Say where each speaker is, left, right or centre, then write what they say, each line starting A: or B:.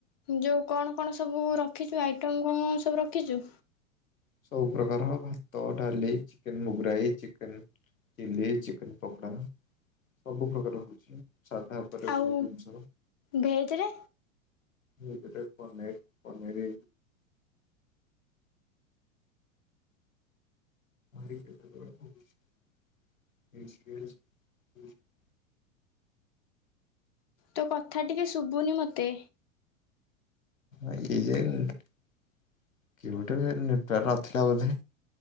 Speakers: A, on the left; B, on the left.
A: ଯୋଉ କଣ କଣ ସବୁ ରଖିଚୁ? ଆଇଟମ୍ କଣ ସବୁ ରଖିଚୁ?
B: ସବୁ ପ୍ର୍ରକାର ଭାତ, ଡାଲି, ଚିକେନ୍, ମୁଗରାଇ, ଚିକେନ ଚିଲ୍ଲି, ଚିକେନ ପକୋଡ଼ା ସବୁ ପ୍ରକାର ହଉଚି। ସାଧା ଉପରେ
A: ଆଉ
B: ବହୁତ ଜିନିଷ
A: ଭେଜରେ
B: ଭେଜ୍ ରେ ପନୀର୍, ପନୀରି <unintelligible> ମିକ୍ସ ଭେଜ୍ <unintelligible>
A: ତୋ କଥା ଟିକେ ଶୁଭୁନି ମୋତେ।
B: ଏଇ ଯେ କି ବୋଧେ ନେଟୱର୍ ନଥିଲା ବୋଧେ।